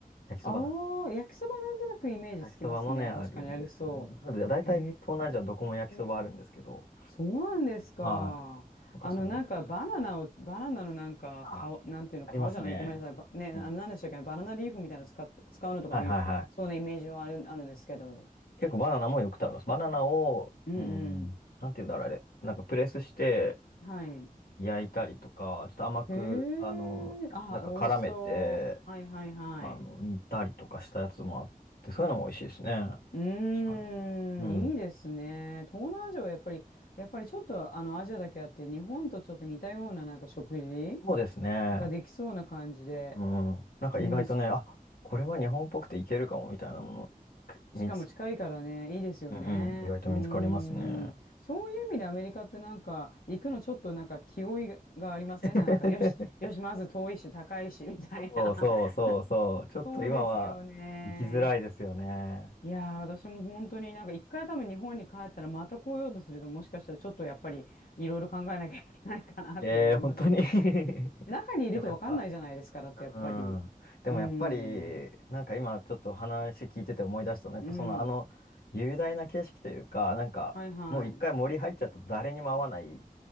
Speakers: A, on the left; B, on the left.
A: 焼きそばだ。
B: ああ、焼きそばなんとなくイメージつきますね。
A: 焼きそばもね、あるんですよね。
B: 確かにありそう。
A: まだいたい東南アジアどこも焼きそばあるんですけど、
B: へえ、そうなんですか。
A: はい。なんかその、
B: あの、なんかバナナを、バナナのなんか、
A: あ、
B: 皮、なんていうの、
A: ありますね。
B: 皮じゃない、ごめんなさい。ばね、あの、
A: うん。
B: なんでしたっけ、バナナリーフみたいなの使っ、使うのとかあり、
A: はいはいはい。
B: そうなイメージはある、あるんですけど。
A: 結構バナナもよく食べます。バナナを、
B: うんう
A: うん。ん、なんて言うんだろう、あれ。なんかプレスして
B: ん。はい。
A: 焼いたりとか、ちょっと甘く、
B: へえ、
A: あの、
B: あ、
A: なんか絡めて、
B: 美味しそう。はいはいはい。
A: あの、煮たりとかしたやつもあって、そういうのも美味しいですね。
B: うーん、
A: 確かに。うん。
B: いいですね。東南アジアはやっぱり、やっぱりちょっとあのアジアだけあって、日本とちょっと似たようななんか食事
A: そうですね。
B: ができそうな感じで、
A: うん。なんか意外とね、
B: うん、
A: あ、これは日本っぽくていけるかもみたいなもの、く見つ、
B: ししかも近いからね、いいですよね。
A: うんうん、意外と見つかりますね。
B: うーん、そういう意味でアメリカってなんか行くのちょっとなんか気負いががありませんなんか、
A: <laughs>
B: よし、よし、まず遠いし高いしみたいな。
A: そうそうそうそう。
B: <laughs>
A: ちょっと今は行きづらいですよね。
B: そうですよね。いやー、私も本当になんか一回多分日本に帰ったらまた来ようとするともしかしたらちょっとやっぱりいろいろ考えなきゃいけないかなって思いますよ。
A: ええー、本当に <laughs>
B: <laughs> 中にいると分かんないじゃないですか、
A: でもやっぱ、
B: だってやっぱり。
A: うん。でもやっぱり、
B: うん。
A: なんか今ちょっと話聞いてて思い出したのは、やっぱそのあの雄大な景色というか、
B: うん。
A: なんかもう一回森入っちゃうと誰にも会わない
B: はいはい。